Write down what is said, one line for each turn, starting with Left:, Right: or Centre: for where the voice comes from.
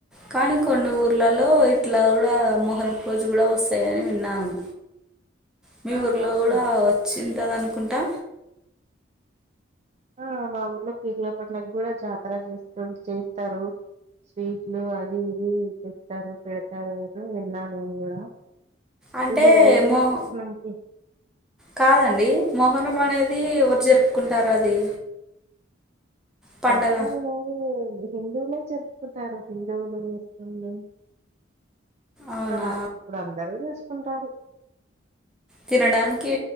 Centre: కానీ కొన్ని ఊర్లలో ఇట్లా కూడా మొహ్రం రోజు కూడా వస్తాయని విన్నాను మీ
Right: ఆ
Centre: ఊర్లో
Right: అవును
Centre: కూడా వచ్చింటది అనుకుంటా
Right: ఆ మా ఊర్లో పీర్ల పంండగ కూడా జాతర చేస్త చేస్తారు స్వీట్లు అవి ఇవి ఇపిస్తారు పెడతారు విన్నా నేను కూడా
Centre: అంటే
Right: ఇది ఏరువాక
Centre: మోహ
Right: పున్నంకి
Centre: కాదండి మోహరం అనేది ఎవరు జరుపుకుంటారు అది పండగ
Right: అట్లేమి లేదు హిందువులే జరుపుకుంటారు హిందువులు ముస్లింలు
Centre: అవునా
Right: అలా ఇప్పుడు అందరూ చేసుకుంటారు
Centre: తినడానికి